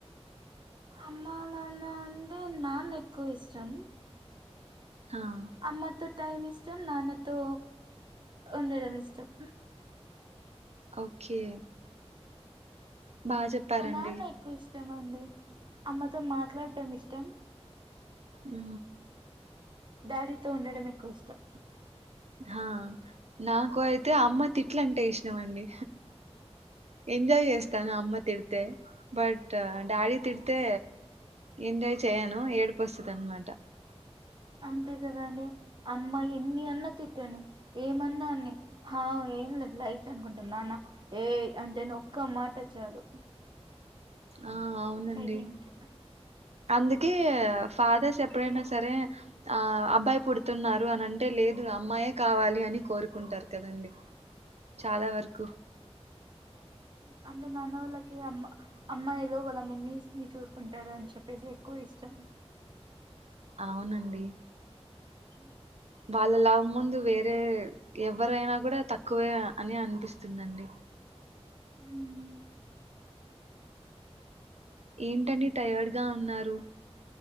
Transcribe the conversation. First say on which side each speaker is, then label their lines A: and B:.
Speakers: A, on the right; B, on the right.
A: అమ్మ అలాన్న అంటే నాన్న ఎక్కువ ఇష్టం
B: హ
A: అమ్మతో టైం ఇష్టం నాన్నతో ఉండడం ఇష్టం
B: ఓకే బాగా చెప్పారండి
A: మా నాన్న ఎక్కువ ఇస్ట్ నిజమండి అమ్మతో మాట్లాడటం ఇష్టం
B: అ
A: దాడి తో ఉండడం ఎక్కువ ఇష్టం
B: ఆ నాకు అయితే అమ్మ తిట్ల అంటే ఇష్టమండి ఎంజాయ్ చేస్తా తన అమ్మ తిడితే బట్ డాడీ తిడితే ఎంజాయ్ చేయను ఏడిప వస్తుది అనమాట
A: అంతే కదండి అమ్మా ఎన్ని అన్నా తిట్టండి ఏమన్నాన్ని హ ఏం లేదు లైట్ అనుకుంటాం నాన్న ఏయ్ అంటే ఒక్క మాట చాలు
B: ఆ అవునండి
A: సైలెంట్
B: అందుకే ఫాదర్స్ ఎప్పుడైనా సరే ఆ అబ్బాయి పుడుతున్నారు అనింటే లేదు అమ్మాయే కావాలి అని కోరుకుంటారు కదండి చాలా వరకు
A: అంటే నాన్న వాళ్ళకి అమ్ అమ్మాయిలు వాళ్ళ మమ్మీస్ ని చూసుకుంటారు అని చెప్పేసి ఎక్కువ ఇష్టం
B: అవునండి
A: అ
B: వాళ్ళ లవ్ ముందు వేరే ఎవరైనా కూడా తక్కువే అని అనిపిస్తుందండి
A: హ్మ్
B: ఏంటండి టయర్డ్ గా ఉన్నారు